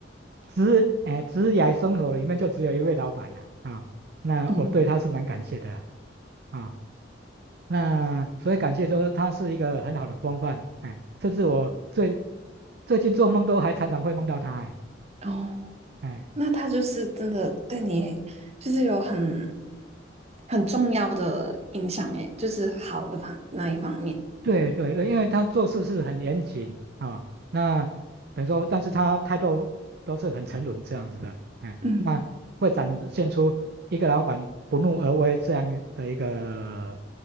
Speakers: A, on the right; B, on the right.
A: 职哎职涯生活里面就只有一位老板了啊，那我对他是蛮感谢的啦
B: 嗯，
A: 啊。那所以感谢就是他是一个很好的风范，哎，甚至我最最近做梦都还常常会梦到他，哎。
B: 哦，
A: 哎
B: 那他就是真的对你，就是有很很重要的影响诶，就是好的方那一方面，
A: 对对对，因为他做事是很严谨啊、那等于说，但是他态度都是很沉稳这样子的，哎，
B: 嗯，
A: 那会展现出一个老板不怒而威这样的一个